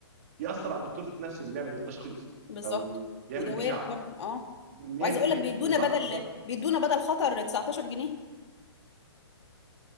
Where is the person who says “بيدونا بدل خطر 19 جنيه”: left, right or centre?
Left